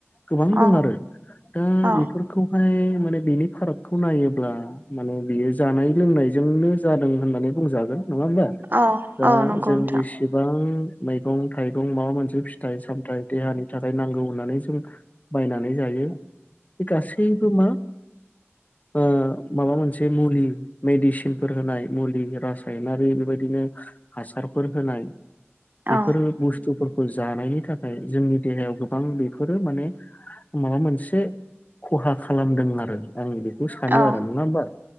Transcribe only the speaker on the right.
औ
औ
औ
औ नंगौ
नोंथां
औ
औ